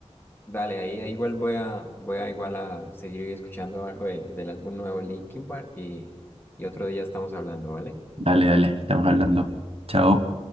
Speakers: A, on the left; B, on the right.
A: Dale, ahí, ahí igual voy a, voy a igual a seguir escuchando algo de- del álbum nuevo de Linkin Park y, y otro día estamos hablando, ¿vale?
B: Dale, dale, estamos hablando. Chao.